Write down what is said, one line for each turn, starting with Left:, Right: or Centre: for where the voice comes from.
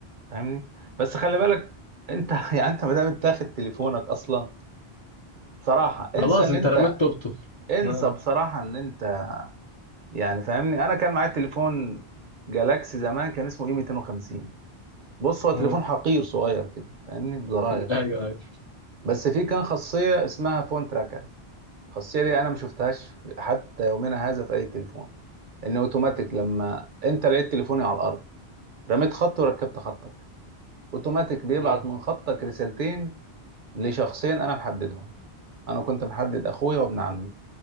Right: فاهمني بس خلي بالك انت <laughs> يعني انت ما دام انت تاخد تليفونك اصلا بصراحة انسى
Left: خلاص
Right: ان
Left: انت
Right: انت
Left: رميت توبته
Right: انسى
Left: اه
Right: بصراحة ان انت يعني فاهمني انا كان معايا تليفون جالاكسي زمان كان اسمه اي 250 بص هو تليفون
Left: اه
Right: حقير صغير كده فاهمني بزراير
Left: <laughs> ايوه ايوه
Right: بس فيه كان خاصيه اسمها فون تراكر الخاصيه دي انا ما شفتهاش حتى يومنا هذا في اي تليفون ان اوتوماتيك لما انت لقيت تليفوني على الارض رميت خط وركبت خطك اوتوماتيك بيبعت
Left: اه
Right: من خطك رسالتين لشخصين انا محددهم انا كنت محدد اخويا وابن عمي